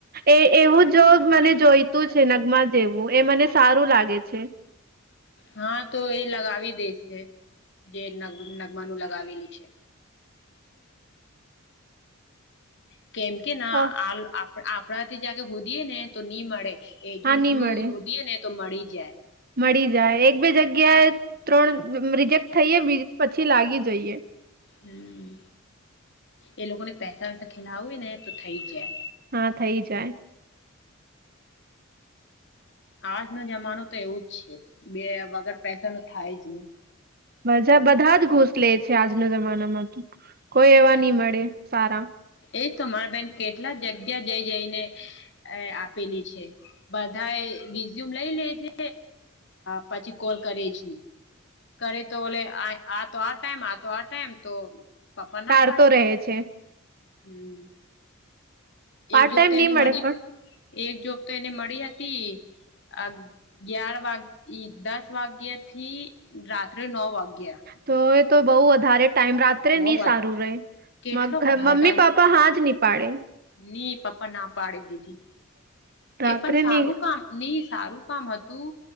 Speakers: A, on the right; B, on the left.
A: એ એવું જો મને જોઈતું છે નગમાં જેવું એ મને સારું લાગે છે.
B: હા તો એ લગાવી દે છે. જે નગમાનું લગાવેલું છે. કેમ કે
A: હ.
B: આપડા જ હોદીએ ને તો નહી મળે એજન્ટ
A: નહી
B: થોડું
A: મળે
B: હોદીએ ને તો મળી જાય.
A: મળી જાય એક બે જગ્યાએ ત્રણ રિજેક્ટ થઈએ બી પછી લાગી જઈએ.
B: હમ એ લોકો ને પૈસા વૈસા ખેલાવય ને તો થઇ જ જાય.
A: હા થઇ જાય.
B: આજનો જમાનો તો એવું જ છે બે વગર પૈસા ન થાય જ નહી.
A: મજા બધા જ ઘૂસ લે છે. આજના જમાનામાં તો કોઈ એવા નહ મળે સારા.
B: એજ તમારા બેન કેટલા જગ્યા જઈ જઈને આપેલી છે. બધા એ રિઝ્યુમ લઈ લેજે પછી કોલ કરીજ નહી. કરે તો બલે આ તો આ ટાઈમ આતો આ ટાઈમ તો પપ્પા
A: ટારતો
B: ના પાડે
A: રહે છે.
B: હમ
A: પાર્ટ
B: એક જોબ
A: ટાઈમ
B: તો એને
A: નહી મળે
B: મળ
A: પણ
B: એક જોબ તો એને મળી હતી. અગ્યયાર વાગ દસ વાગ્યા થી રાત્રે નવ વાગ્યા.
A: તો એ તો બઉ વધારે ટાઈમ રાત્રે
B: બહ
A: નહી સારું રહે.
B: કેટલો
A: મ
B: વધારે
A: મમ્મી
B: ટાઈમ
A: પાપ્પા હાજ ની પાડે.
B: ની પાપ્પા ના પાડી દીધી.
A: રાત્રે
B: એ પણ સારું
A: નહી
B: કામ નઈ સારું કામ હતું.